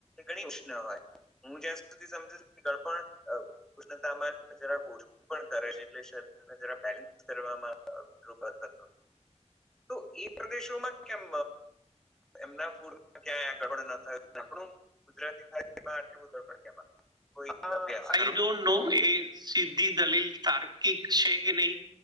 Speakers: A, in the centre; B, on the right (about 35°).
A: ઘણી ઉષ્ણ હોય હું જ્યાં સુધી સમજુ છું ગળપણ ઉષ્ણ તાપમાન જરા ઓછું પણ કરે છે એટલે શરીરને જરાક બેલેન્સ કરવામાં તો એ પ્રદેશોમાં કેમ એમના ફૂડ ક્યા ગડપણ ન થય આપણું ગુજરાતી થાળીમાં આટલુ ગડપણ કેમ આયુ કોઈ <inaudible>
B: યુ ડોન્ટ નોનો એ સીધી દલીલ તાર્કિક છે કે નહી?